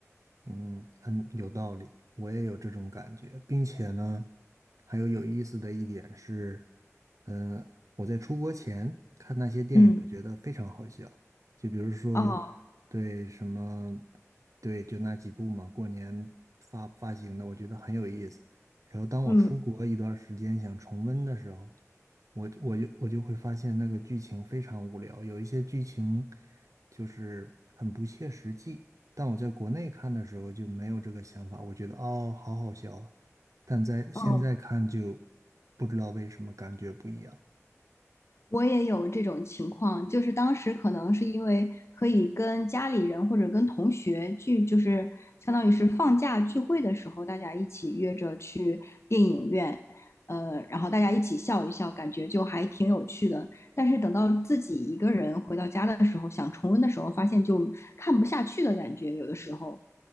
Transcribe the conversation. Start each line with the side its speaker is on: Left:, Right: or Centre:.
Right: 嗯，很有道理，我也有这种感觉，并且呢，还有有意思的一点是，嗯、我在出国前看那些电影，
Left: 嗯，
Right: 我觉得非常好笑。就比如说，
Left: 哦，
Right: 对什么，对，就那几部嘛，过年发发行的，我觉得很有意思。然后当我出国一段时间想重温的时候，
Left: 嗯，
Right: 我我就我就会发现那个剧情非常无聊，有一些剧情就是很不切实际。但我在国内看的时候就没有这个想法，我觉得哦，好好笑啊。但在现在看就
Left: 哦。
Right: 不知道为什么感觉不一样
Left: 我也有这种情况，就是当时可能是因为可以跟家里人或者跟同学聚，就是相当于是放假聚会的时候，大家一起约着去电影院，呃，然后大家一起笑一笑，感觉就还挺有趣的。但是等到自己一个人回到家的时候，想重温的时候，发现就看不下去的感觉，有的时候。